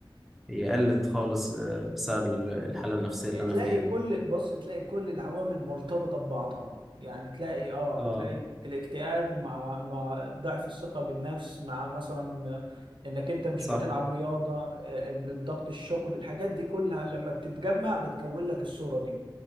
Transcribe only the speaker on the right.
تلاقي
كل
بص تلاقي كل العوامل مرتبطة ببعضها يعني تلاقي اه
تلاقي ال- الاكتئاب مع مع ضعف الثقة بالنفس مع مثلا انك انت مش
بتلعب رياضة آه، الضغط الشغل الحاجات دي كلها لما بتتجمع بتكون لك الصورة دي